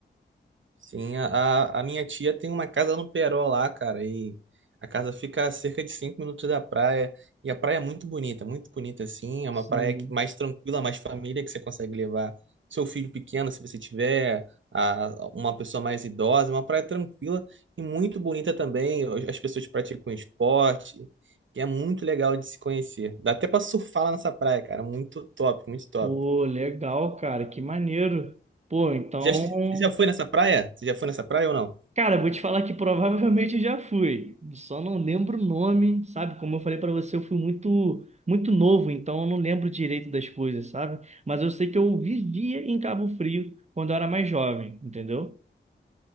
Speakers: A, on the right; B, on the right.
A: Sim, a, a a minha tia tem uma casa no Peró lá, cara, e a casa fica a cerca de cinco minutos da praia, e a praia é muito bonita, muito bonita assim, é
B: Sim.
A: uma praia que- mais tranquila, mais família, que você consegue levar seu filho pequeno, se você tiver a, uma pessoa mais idosa, é uma praia tranquila e muito bonita também, as pessoas praticam esporte, e é muito legal de se conhecer. Dá até pra surfar lá nessa praia, cara, muito top, muito top.
B: Pô, legal, cara. Que maneiro. Pô, então.
A: Já, este- já foi nessa praia? Você já foi nessa praia ou não?
B: Cara, vou te falar que provavelmente eu já fui. Só não lembro o nome, sabe? Como eu falei pra você, eu fui muito, muito novo, então eu não lembro direito das coisas, sabe? Mas eu sei que eu vivia em Cabo Frio quando eu era mais jovem, entendeu?